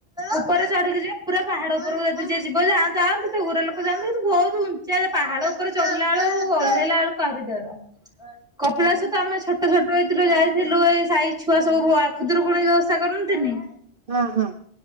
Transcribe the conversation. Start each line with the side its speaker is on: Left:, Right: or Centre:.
Centre: ଉପରେ ଚଢିକି ଯିବ ପୁରା ପାହାଡ ଉପରକୁ ଯଦି ଯିଏ ଯିବ ଯା ଯାଆନ୍ତି ସେ ଗୁରେ ଲୋକ ଯାନ୍ତି କିନ୍ତୁ ବହୁତ ଉ ଉଚ୍ଚା ଯେ, ପାହାଡ ଉପରେ ଚଢିଲା ବେଳକୁ, ଓହ୍ଲେଇଲା ବେଳକୁ ଆହୁରି ଡର। କପିଳାସ
Right: ହଁ
Centre: ତ ଆମେ ଛୋଟ ଛୋଟ ହେଇଥିଲୁ ଯାଇ ଥିଲୁ ଏଇ ସାହି ଛୁଆ ସବୁ ଭୋ ଖୁଧୁରୁକୁଣୀ ଓଷା କରନ୍ତିନି।
Right: ହଁ ହଁ।